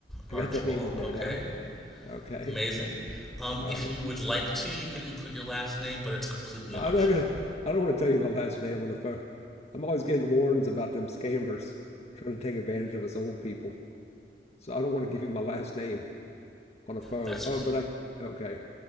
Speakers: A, in the centre; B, on the left.
A: Archibald.
B: I got that name in there
A: Okay,
B: now. Okay.
A: amazing. Um,
B: All
A: if
B: right.
A: you would like to, you can input your last name, but it's completely
B: I'm
A: optional.
B: not gonna. I don't want to tell you my last name on the phone. I'm always getting warnings about them scammers trying to take advantage of us old people. So I don't want to give you my last name on the phone.
A: That's
B: Oh, but I. Okay.